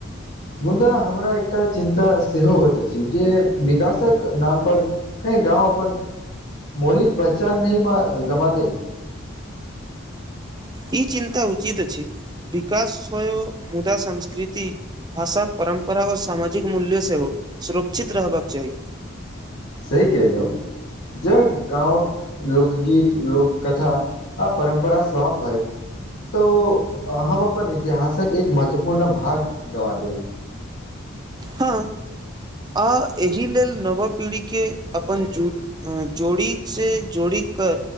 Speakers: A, on the left; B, on the right.
A: मुदा हमरा एकटा चिन्ता सेहो होइत अछि जे विकासक नाम पर क गाँव अपन मौलिक पहचान नहि ग गमा दे
B: ई चिन्ता उचित अछि विकास होय मुदा संस्कृति भाषा परम्परा आ सामाजिक मूल्य सेहो सुरक्षित रहबाक चाही
A: सही कहलौ जब गाँव लोकगीत, लोककथा आ परम्परा सभक सेहो तऽ हम अपन इतिहासक एक महत्वपूर्ण भाग गँवा देब।
B: हँ, आ एहि लेल नव पीढ़ीके अपन जोड़ी सँ जोड़ी कऽ